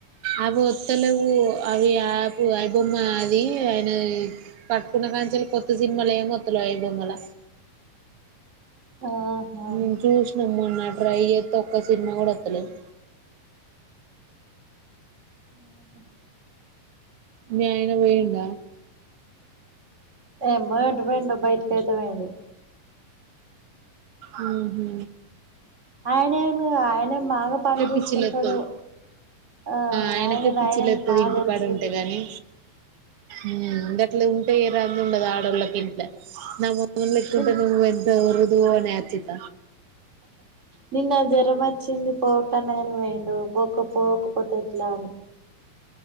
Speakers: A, on the right; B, on the right.
A: అవి వత్తలేవు అవి యాప్ అయిబొమ్మ అది ఆయనది పట్టుకున్న మంచల్ కొత్త సినిమాలే మొత్తలేవ్ ఐ బొమ్మల
B: ఆహా
A: నేను చూసినా మొన్న ట్రై జేతే ఒక్క సినిమా కూడా వత్తలేవ్
B: అఓ
A: మీ ఆయన పోయిండ
B: ఏం బోయ్ ఎరుపోయిండో బయిటికయితే ఓయిండు
A: ఉ హు
B: ఆయనేమి ఆయనేమ్ బాగా పని వేసుకుంటాడు
A: పిచ్చిలేత్తది
B: ఆ
A: ఆయనకే
B: ఆయనకాయనే
A: పిచ్చిలేత్తది
B: బా
A: ఇంటికాడ
B: తెల్సు
A: ఉంటే గాని ఉమ్ ఉండేట్లు ఉంటే ఏం రంది ఉండదు ఆడో ళ్లకిట్ల నా మో నూన్ లెక్కుంటే
B: నిన్
A: నువ్వు ఎంత ఉర్దువు అని ఆచిత
B: నిన్న జ్వరం వచ్చింది పోకన్నా కాని పోఇన్డు పోకపోకపోతే ఎట్లా అని